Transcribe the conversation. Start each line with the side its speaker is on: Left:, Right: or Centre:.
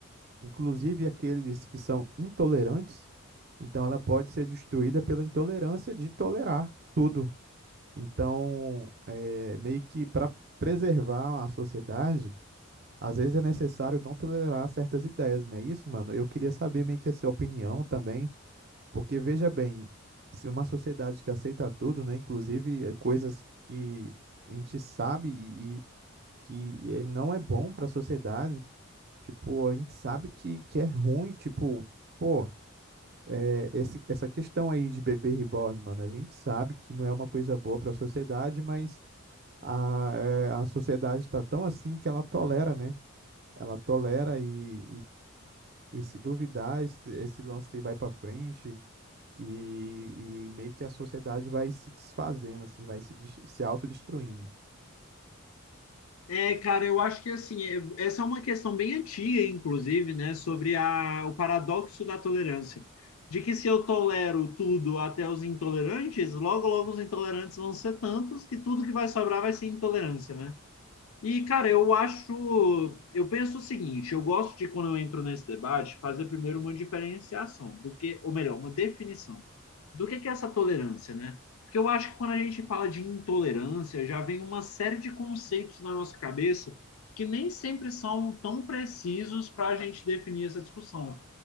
Right: inclusive aqueles que são intolerantes. Então, ela pode ser destruída pela intolerância de tolerar tudo. Então, é, meio que para preservar a sociedade, às vezes é necessário não tolerar certas ideias, né, isso, mano? Eu queria saber meio que a sua opinião também, porque veja bem, se uma sociedade que aceita tudo, né, inclusive eh, coisas que a gente sabe e, e que eh, não é bom para a sociedade, Tipo, a gente sabe que, que é ruim, tipo, pô, é, esse, essa questão aí de bebê reborn, mano, a gente sabe que não é uma coisa boa pra sociedade, mas a, é, a sociedade tá tão assim que ela tolera, né? Ela tolera e, e, e se duvidar, esse, esse lance que vai pra frente e, e meio que a sociedade vai se desfazendo, assim, vai se, des- se autodestruindo.
Left: É, cara, eu acho que assim, é- essa é uma questão bem antiga, inclusive, né, sobre a, o paradoxo da tolerância. De que se eu tolero tudo até os intolerantes, logo, logo os intolerantes vão ser tantos que tudo que vai sobrar vai ser intolerância, né? E, cara, eu acho. Eu penso o seguinte: eu gosto de, quando eu entro nesse debate, fazer primeiro uma diferenciação do que, ou melhor, uma definição do que que é essa tolerância, né? Porque eu acho que quando a gente fala de intolerância, já vem uma série de conceitos na nossa cabeça que nem sempre são tão precisos para a gente definir essa discussão.